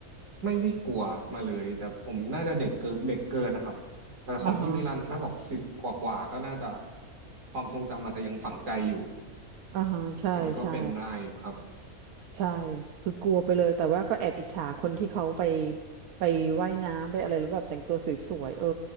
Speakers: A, on the right; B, on the right.
A: ไม่ได้กลัวมาเลยแต่ผมน่าจะเด็กเกินเด็กเกินนะครับแต่ของพี่มิลันถ้าบอกสิบกว่ากว่าก็น่าจะ
B: อ่าฮะ
A: ความทรงจำอาจจะยังฝังใจอยู่
B: อ่าฮะอ่าฮะใช่ใช่
A: อันนี้ก็เป็นได้อยู่ครับ
B: ใช่ คือกลัวไปเลย แต่ว่าก็แอบอิจฉาคนที่เขาไปไปว่ายน้ำไปอะไรแล้วแบบแต่งตัวสวยๆเออ